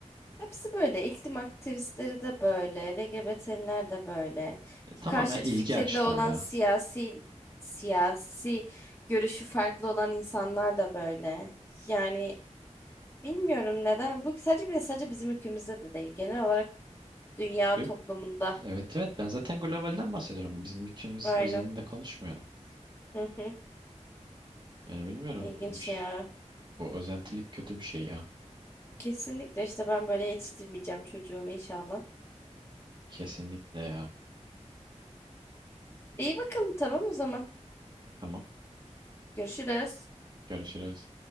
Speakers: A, on the left (about 20°); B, on the right (about 40°).
A: hepsi böyle iklim aktivistleri de böyle LGBT'liler de böyle
B: E, tamamen
A: karşıt
B: ilgi
A: fikirli
B: açlığı
A: olan
B: ya.
A: siyasi siyasi görüşü farklı olan insanlar da böyle yani bilmiyorum neden bu sadece bile sadece bizim ülkemizde de değil genel olarak dünya
B: Yok,
A: toplumunda
B: Evet evet ben zaten globalden bahsediyorum. Bizim ülkemiz
A: aynen
B: özelinde konuşmuyorum.
A: Hı hı.
B: Yani bilmiyorum.
A: ilginç
B: üş,
A: ya
B: Bu özentilik kötü bir şey ya.
A: kesinlikle işte ben böyle yetiştirmeyeceğim çocuğumu inşallah
B: Kesinlikle ya.
A: İyi bakalım tamam o zaman
B: Tamam.
A: görüşürüz.
B: Görüşürüz.